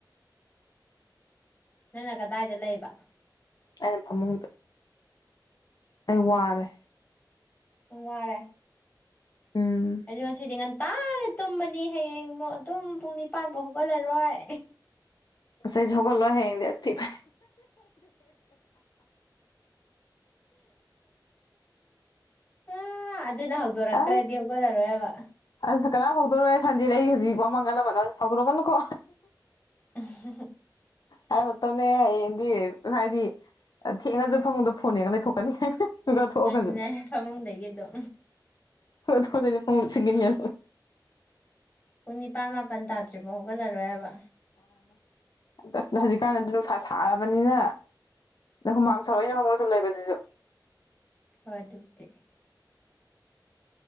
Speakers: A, on the left; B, on the left.
A: ꯅꯪꯅ ꯀꯗꯥꯏꯗ ꯂꯩꯕ
B: ꯑꯩꯅ ꯐꯃꯨꯡꯗ ꯑꯩ ꯋꯥꯔꯦ
A: ꯅꯨꯡꯉꯔꯦ
B: ꯎꯝ
A: ꯑꯖꯤ ꯉꯁꯁꯤꯗꯤꯉꯅ ꯇꯥꯔꯦ ꯇꯨꯝꯕꯅꯤ ꯍꯌꯦꯡ ꯑꯃꯨꯛ ꯑꯗꯨꯝ ꯄꯨꯡ ꯅꯤꯄꯥꯟ ꯐꯥꯎ ꯍꯧꯒꯠꯂꯔꯣꯏ
B: ꯁꯥꯏ ꯒꯣ ꯂꯣꯏ ꯍꯦꯗꯤꯤ ꯐ
A: ꯑ ꯑꯗꯨꯗꯅ ꯍ ꯗꯔꯛꯇ꯭ꯔꯗꯤ
B: ꯑꯁ
A: ꯍꯒ ꯇꯔꯣꯏꯦꯕ
B: ꯑꯁ ꯀꯅꯥ ꯍꯧꯗꯣꯔꯦ ꯁꯟꯗꯦꯗ ꯑꯩ ꯍꯧꯖꯤꯛ ꯋꯥ ꯃꯃꯥꯡꯜ ꯑꯃꯃꯟ ꯍꯧꯗꯣꯔꯛꯀꯅꯨꯀꯣ
A: <unintelligible>
B: ꯍꯥꯏ ꯠꯇꯅꯦ ꯏꯗꯤ ꯍꯥꯏꯗꯤ ꯊꯦꯡꯅꯁꯨ ꯐꯃꯨꯡꯗ ꯐꯣꯟ ꯌꯦꯦꯛꯉꯒ ꯂꯩꯊꯣꯛꯀꯅꯤ ꯃꯤꯀꯞ ꯊꯣꯛꯑꯒꯁꯨ
A: ꯑꯗ ꯐꯃꯨꯡꯗꯒ ꯑꯗꯨꯣ
B: ꯑꯣꯗꯗꯤ ꯐꯥꯎꯅ ꯆꯪꯒꯦꯅꯤ ꯌꯥ
A: ꯄꯨꯡ ꯅꯤꯄꯥꯟ ꯃꯥꯄꯟ ꯇꯥꯗ꯭ꯔꯤꯐꯥꯎ ꯍꯧꯒꯠꯂꯔꯣꯏꯕ
B: ꯃꯥꯅꯦꯁ ꯍꯧꯖꯤꯛꯀꯥꯟꯗ ꯑꯗꯨ ꯅꯨꯡꯁꯥ ꯁꯥꯔꯕꯅꯤꯅ ꯑꯗ ꯍꯨꯃꯥꯡ ꯁꯥꯎꯏꯅ ꯍꯧꯣꯡꯅ ꯁꯨꯝ ꯂꯩꯕꯁꯤꯁꯨ
A: ꯍꯣꯏ ꯑꯗꯨꯗꯤ